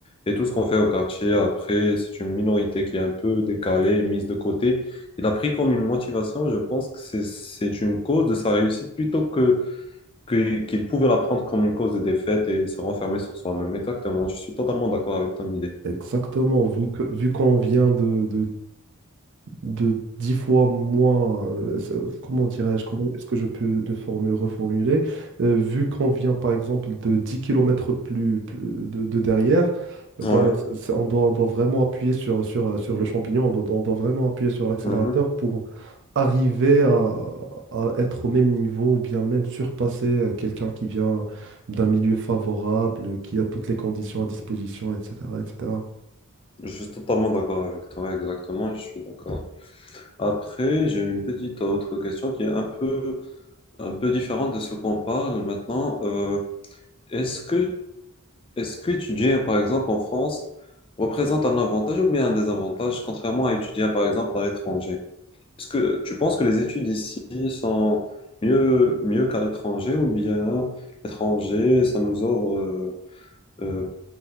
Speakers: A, on the left; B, on the right.
A: et tout ce qu'on fait au quartier. Après, c'est une minorité qui est un peu décalée et mise de côté. Il a pris comme une motivation. Je pense que c'est c'est une cause de sa réussite plutôt que que- qu'il pouvait la prendre comme une cause de défaite et se renfermer sur soi-même. Exactement, je suis totalement d'accord avec ton idée.
B: Exactement, vu que, vu qu'on vient de, de 10 fois moins, euh, ça- comment dirais-je, comment est-ce que je peux le formu- reformuler, Euh, vu qu'on vient par exemple de 10 kilomètres plus, plus- de, de derrière, euh,
A: Ouais,
B: ben, c- c- on doit, on doit vraiment appuyer sur, sur, euh, sur le champignon, on doit, on doit vraiment appuyer sur l'accélérateur
A: mhm.
B: pour arriver à, à être au même niveau ou bien même surpasser euh, quelqu'un qui vient d'un milieu favorable, qui a toutes les conditions à disposition, etc., etc.
A: Je suis totalement d'accord avec toi, exactement, je suis d'accord. Après, j'ai une petite autre question qui est un peu, un peu différente de ce qu'on parle maintenant. Euh, est-ce que, est-ce que étudier par exemple, en France, représente un avantage ou bien un désavantage, contrairement à étudier, par exemple, à l'étranger? Est-ce que tu penses que les études ici sont mieux, mieux qu'à l'étranger ou bien l'étranger, ça nous offre euh, euh,